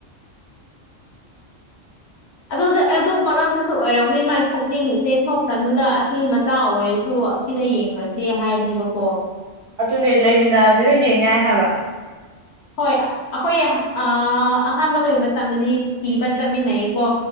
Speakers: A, on the left; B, on the right.
A: ꯑꯗꯨꯗ ꯑꯦꯗꯨ ꯃꯔꯝ ꯁꯨꯨ ꯑꯣꯏꯔꯝꯒꯅꯤ ꯃꯥꯏ ꯊꯣꯛꯅꯤꯡꯉꯤꯁꯦ ꯊꯣꯛꯈ꯭ꯔꯅꯨꯗ ꯑꯁꯤ ꯃꯆꯥ ꯑꯣꯏꯔꯁꯨ ꯑꯁꯤꯗ ꯌꯦꯡꯈ꯭ꯔꯁꯦ ꯍꯥꯏꯕꯅꯤ ꯅꯦꯕꯀꯣ
B: ꯑꯗꯨꯅꯦ ꯂꯩꯃꯤꯟꯅꯔꯗꯤ ꯌꯦꯡ ꯌꯥꯢ ꯍꯥꯏꯕ
A: ꯍꯣꯏ ꯑꯈꯣꯏ ꯑꯥ ꯑꯍꯥꯟꯕ ꯂꯣꯏꯕ ꯇꯝꯗꯗꯤ ꯊꯤꯕ ꯆꯠꯃꯤꯟꯅꯩꯌꯦꯀꯣ